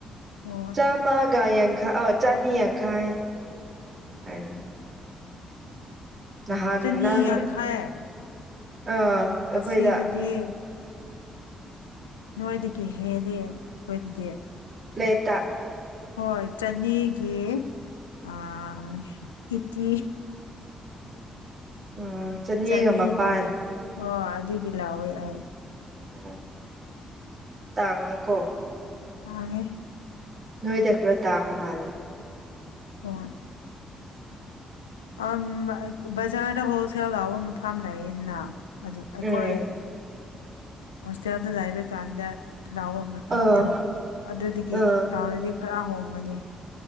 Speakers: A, on the left (about 85°); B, on the right (about 45°).
A: ꯍꯣꯏ
B: ꯆꯥꯝꯃꯒ ꯌꯥꯡꯈꯩ ꯑ ꯆꯅꯤ ꯌꯥꯡꯈꯥꯏ ꯍꯥꯏꯕꯅꯦ ꯅꯍꯥꯟ
A: ꯆꯅꯤ
B: ꯅꯪ
A: ꯌꯥꯡꯈꯩ
B: ꯑꯥ ꯑꯩꯈꯣꯏꯗ
A: ꯑꯁꯤꯗꯗꯤ ꯅꯣꯏꯗꯒꯤ ꯍꯦꯜꯂꯤ ꯑꯩꯈꯣꯏꯗꯗꯤ
B: ꯂꯦꯇꯥ
A: ꯍꯣꯏ ꯆꯅꯤꯒꯤ ꯑꯥ ꯏꯠꯇꯤ
B: <unintelligible>
A: ꯆꯅꯤꯒꯤ
B: ꯃꯄꯥꯟ
A: ꯍꯣ ꯑꯗꯨꯒꯤ ꯂꯥꯎꯑꯦ ꯑꯩ
B: ꯑꯣ ꯇꯥꯡꯉꯦꯀꯣ
A: ꯇꯥꯡꯉꯦ
B: ꯅꯣꯏꯗ ꯈꯔ ꯇꯥꯡꯕ ꯃꯥꯜꯂꯦ
A: ꯍꯣꯏ ꯑꯝ ꯑꯩ ꯕꯖꯥꯔꯗ ꯍꯣꯜꯁꯦꯜ ꯌꯥꯎꯕ ꯑꯃ ꯐꯥꯝꯅꯌꯦꯁꯤꯅ ꯑꯗꯨ ꯑꯩꯈꯣꯏ
B: ꯎꯝ
A: ꯍꯧꯁꯇꯦꯜ ꯗ ꯂꯥꯏꯕ ꯀꯥꯟꯗ ꯂꯥꯎꯕꯝꯕ ꯐꯥꯔꯝꯗꯣ
B: ꯑꯥ
A: ꯑꯗꯨꯒ
B: ꯑꯥ
A: ꯇꯎꯔꯗꯤ ꯈꯔ ꯍꯣꯡꯉꯅꯤ